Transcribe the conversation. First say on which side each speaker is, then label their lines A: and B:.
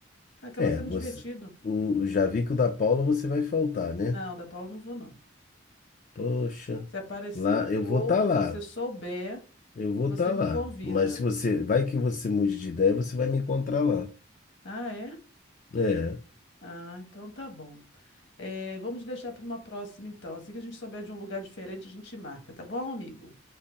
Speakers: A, on the left; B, on the left.
A: Acaba
B: É,
A: sendo
B: você.
A: divertido.
B: O Javico da Paula você vai faltar, né?
A: Não, da Paula eu não vou, não.
B: Poxa,
A: Se aparecer
B: lá
A: um
B: eu
A: ou
B: vou
A: outro,
B: estar lá.
A: você souber,
B: Eu vou
A: você
B: estar
A: me
B: lá.
A: convida.
B: Mas se você. Vai que você mude de ideia, você vai me encontrar lá.
A: Ah, é?
B: É.
A: Ah, então tá bom. É, vamos deixar para uma próxima, então. Assim que a gente souber de um lugar diferente, a gente marca, tá bom, amigo?